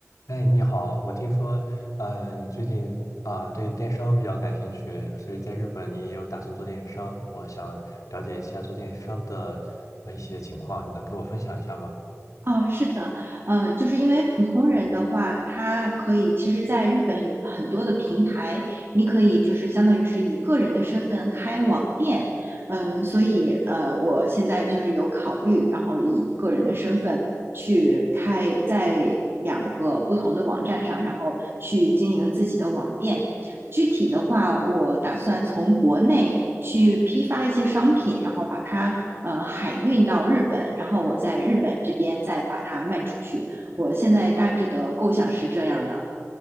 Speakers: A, on the left (about 85°); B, on the right (about 45°).
A: 哎，你好，我听说，呃，你最近啊，对电商比较感兴趣，所以在日本你也有打算做电商，我想了解一下做电商的呃一些情况，你能给我分享一下吗？
B: 哦，是的，呃，就是因为普通人的话，他可以，其实在日本有很多的平台，你可以就是相当于是以个人的身份开网店，嗯、所以呃，我现在就是有考虑，然后以个人的身份去开在两个不同的网站上，然后去经营自己的网店，具体的话，我打算从国内去批发一些商品，然后把它呃海运到日本，然后我在日本这边再把它卖出去。我现在大致的构想是这样的。